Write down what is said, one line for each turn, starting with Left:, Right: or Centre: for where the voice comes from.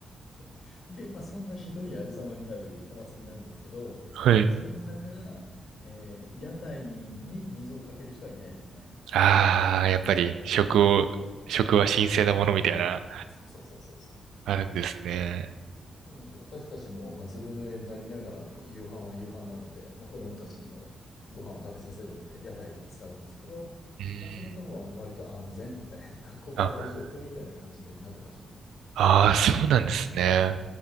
Left: そうで、まあ、そんなひどいありさまになるお祭りなんですけど、
Right: はい。
Left: そんな中、えー屋台に水をかける人はいないですね。
Right: ああ、やっぱり食を、
Left: うん
Right: 食は神聖なものみたいな、
Left: そう、そうそうそうそうそう。
Right: あるんですね。
Left: なので、私たちも、まあ、ずぶ濡れになりながらも、夕飯は夕飯なので、まあ、子供たちにもご飯を食べさせるので、屋台使うんですけど、
Right: うん。
Left: もうその間は割と安全みたいな、<laughs> ここは大丈夫みたいな感じでなってましたね。
Right: あ、ああ、そうなんですね。